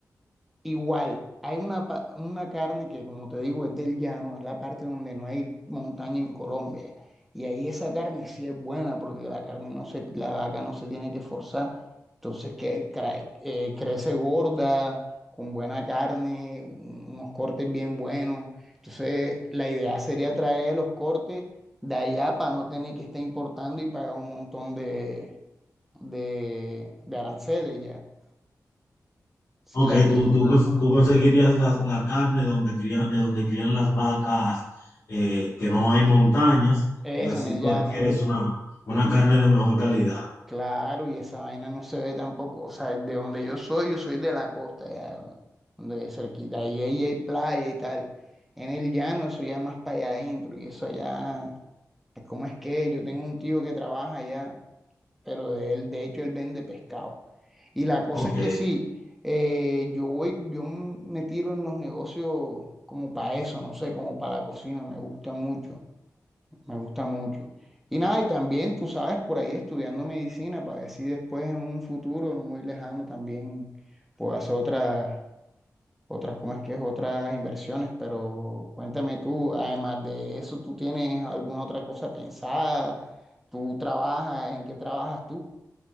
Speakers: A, in the centre; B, on the left.
A: Igual, hay una, pa- una carne que, como te digo, es del llano, es la parte donde no hay montaña en Colombia. Y ahí esa carne sí es buena porque la carne no se, la vaca no se tiene que forzar. Entonces que, cra- eh, crece gorda, con buena carne, un- unos cortes bien buenos. Entonces la idea sería traer los cortes de allá para no tener que estar importando y pagar un montón de, de, de aranceles ya. Sí
B: Ok,
A: la pilla.
B: tú, tú, cons-
A: Ujú.
B: tú conseguirías las- la, carne donde crían, de donde crían las vacas, eh, que no hay montañas,
A: Eso,
B: y así
A: en el
B: tú
A: llano.
B: adquieres una, una carne de mejor calidad.
A: Claro, y esa vaina no se ve tampoco. O sea, de donde yo soy, yo soy de la costa, ya, donde es cerquita. Ahí, ahí hay playa y tal. En el llano, eso ya más para allá adentro. Y eso allá, es como es que? Yo tengo un tío que trabaja allá, pero de él, de hecho, él vende pescado. Y la cosa
B: Ok,
A: es que sí, eh, yo voy, yo m- me tiro en los negocios como para eso, no sé, como para la cocina, me gusta mucho. Me gusta mucho. Y nada, y también tú sabes, por ahí estudiando medicina para ver si después en un futuro no muy lejano también puedo hacer otras, otras, ¿cómo es que es? Otras inversiones. Pero cuéntame tú, además de eso, ¿tú tienes alguna otra cosa pensada? ¿Tú trabajas? ¿En qué trabajas tú?